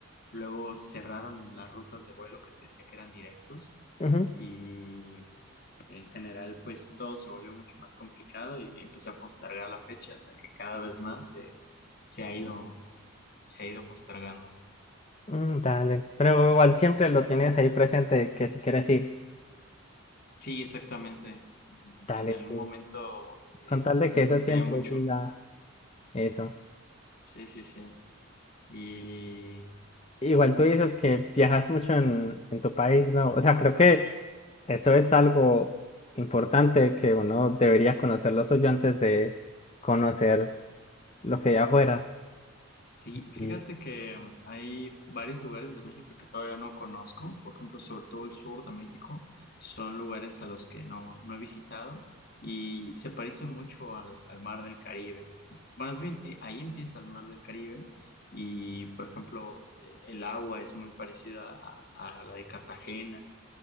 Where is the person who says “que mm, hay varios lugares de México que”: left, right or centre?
Left